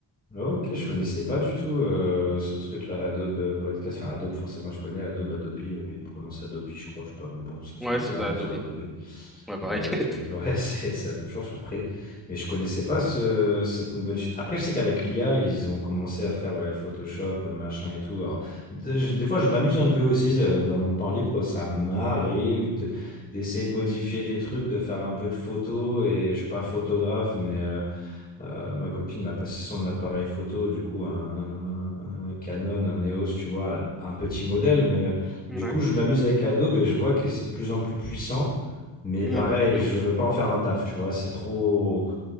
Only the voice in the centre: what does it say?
Ouais,
c'est ça,
Adobe.
Ouais, pareil.
<laughs>
Ouais.
Mm,
de
ouf.